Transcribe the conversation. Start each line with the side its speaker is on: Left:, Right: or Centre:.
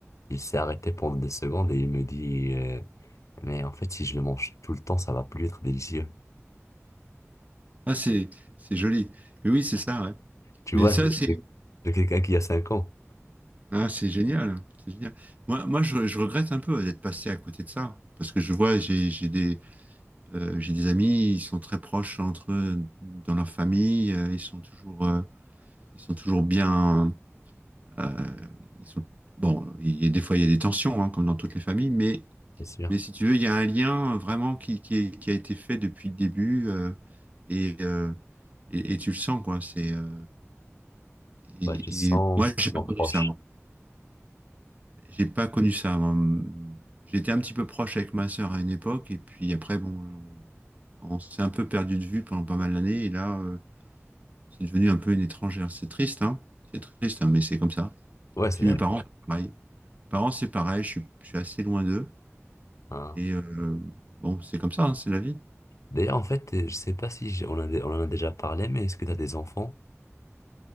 Left: Il s'est arrêté pendant des secondes et il me dit, euh, mais en fait, si je le mange tout le temps, ça va plus être délicieux.
Right: Ah c'est c'est joli. Mais oui c'est ça ouais.
Left: Tu
Right: Mais
Left: vois,
Right: ça
Left: de,
Right: c'est
Left: de- de quelqu'un qui a cinq ans,
Right: ah, c'est génial, c'est génial. Moi moi je, je regrette un peu d'être passé à côté de ça parce que je vois j'ai j'ai des Euh, j'ai des amis, ils sont très proches entre eux, dans leur famille, euh, ils sont toujours, euh, ils sont toujours bien. euh, ils sont... Bon, il y a, des fois il y a des tensions, hein, comme dans toutes les familles, mais,
Left: c'est sûr.
Right: mais si tu veux, il y a un lien vraiment qui, qui, est- qui a été fait depuis le début euh, et, euh, et, et tu le sens, quoi. C'est, euh, et,
Left: Ouais, je sens
Right: et moi,
Left: qu'il
Right: j'ai pas
Left: s'en
Right: connu
Left: proche.
Right: ça. moi. J'ai pas connu ça. moi. J'étais un petit peu proche avec ma sœur à une époque, et puis après, bon, on s'est un peu perdu de vue pendant pas mal d'années, et là. euh, c'est devenu un peu une étrangère. C'est triste, hein? C'est triste, hein, mais c'est comme ça.
Left: Ouais,
Right: Et
Left: c'est
Right: puis
Left: la
Right: mes parents,
Left: vie.
Right: c'est pareil. Mes parents, c'est pareil, je suis, je suis assez loin d'eux.
Left: hein.
Right: Et euh, bon, c'est comme ça, hein, c'est la vie.
Left: D'ailleurs, en fait, euh, je sais pas si j'ai- on a, dé- on en a déjà parlé, mais est-ce que tu as des enfants?